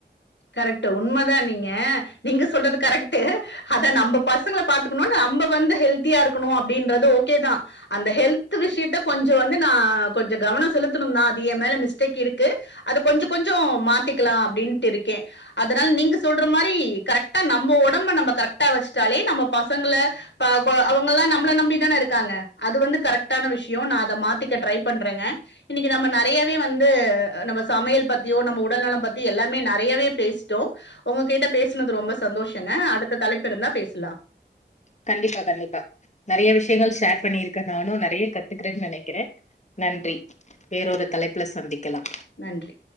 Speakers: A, on the left; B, on the left.
A: கரெக்டு உண்ம தா நீங்க நீங்க சொல்றது கரெக்டு அத நம்ப பசங்கள பாத்துக்கணுனு நம்ப வந்து வந்து ஹெல்தியா இருக்கணு அப்டின்றது ஓகே தா அந்த ஹெல்த் விஷயத்த கொஞ்ச வந்து நா கொஞ்ச கவ செலுத்தணு தா அது ஏம் மேல மிஸ்டேக் இருக்கு அது கொஞ்சோ கொஞ்சோ மாத்திக்கலா அப்டின்ட்டு இருக் ஓகே அதனால நீங்க சொல்ற மாரி கரெக்ட் கரெக்டா நம்ம ஒடம்ப நம்ம கரெக்டா வச்சுட்டாலே நம்ம பசங்கள ப்ப கொ அவங்கல்லா நம்பள நம்பி தான இருக்காங்க அது வந்து கரெக்டான விஷ்யோ நா அத மாத் திக்க ட்ரை பண்றேங்க இன்னைக்கு நம்ம நெறையாவே வந்து நம்ம சமையல் பத்தியோ நம்ம உடல்நலம் பத்தி எல்லாமே நெற நெறையவே பேசிட்டோ உங்ககிட்ட பேசுனது ரொம்ப சந்தோஷங்க அடுத்த தலைப்புருந்தா பேசலா
B: கண்டிப்பா கண்டிப்பா நெறைய விஷயங்கள் ஷேர் பண்ணிருக்கே நானு நெறைய கத்துக்குறேன்னு நெனைக்கிறே நன்றி வேறொரு தலைப்புல சந்திக்கலா
A: நன்றி